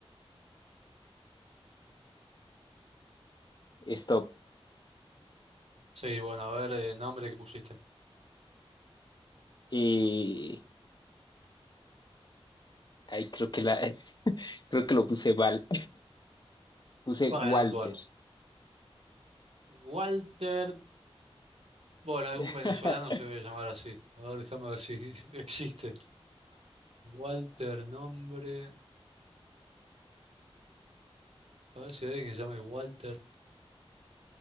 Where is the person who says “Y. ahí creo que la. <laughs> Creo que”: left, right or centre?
Left